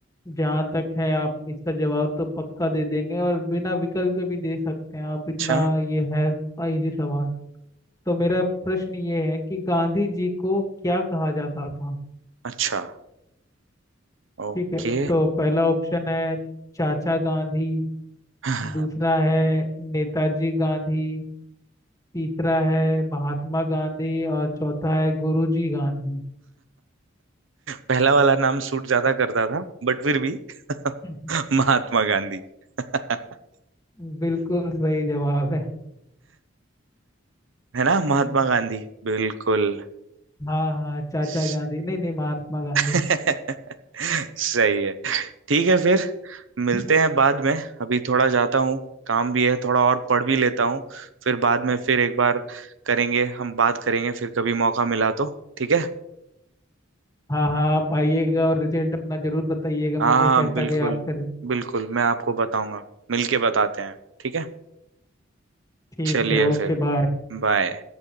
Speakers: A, on the left; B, on the right.
A: जहाँ तक है आप इसका जवाब तो पक्का दे देंगे और बिना विकल्प के भी दे सकते हैं आप
B: अच्छा
A: इतना ये है इजी सवाल तो मेरा प्रश्न ये है कि गांधी जी को क्या कहा जाता था
B: अच्छा ओके
A: ठीक है तो पहला ऑप्शन है चाचा गांधी
B: <laughs>
A: दूसरा है नेताजी गांधी तीसरा है महात्मा गांधी और चौथा है गुरुजी गांधी
B: पहला वाला नाम सूट ज्यादा करता था बट फिर भी <laughs>
A: <clears throat>
B: महात्मा गांधी <laughs>
A: <laughs> बिल्कुल सही जवाब है
B: है ना
A: हम्म,
B: महात्मा गांधी बिल्कुल
A: हाँ हाँ चाचा
B: सही
A: गांधी नहीं नहीं महात्मा गांधी
B: <laughs> सही है ठीक है फिर मिलते
A: <laughs>
B: हैं बाद में अभी थोड़ा जाता हूँ काम भी है थोड़ा और पढ़ भी लेता हूँ फिर बाद में फिर एक बार करेंगे हम बात करेंगे फिर कभी मौका मिला तो ठीक है
A: हाँ हाँ आप आइएगा और रिजल्ट अपना जरूर बताइएगा मुझे
B: हाँ
A: कैसा
B: हाँ, बिल्कुल
A: गया आपका
B: बिल्कुल मैं आपको बताऊंगा मिलके बताते हैं ठीक है
A: ठीक
B: चलिए
A: है ओके
B: फिर
A: बाय
B: बाय